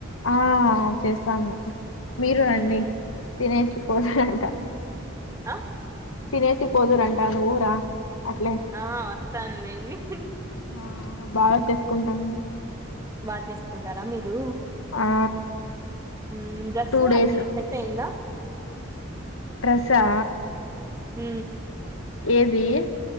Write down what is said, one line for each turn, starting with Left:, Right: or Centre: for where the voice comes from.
Left: ఆ చేస్తాము మీరు రండి
Right: ఉమ్
Left: తినేసి పోధురంట
Right: ఆ
Left: తినేసి పోదురంటా నువు రా అట్లే
Right: ఆ వస్తానులేండి హు
Left: ఆ బాగా చేసుకుంటా నేను
Right: బాచేస్తుంటారా మీరు
Left: ఆ
Right: ఉమ్ డ్రెస్సు
Left: టూ డేస్
Right: అది సెట్ అయ్యిందా
Left: డ్రస్సా
Right: ఉ
Left: ఏది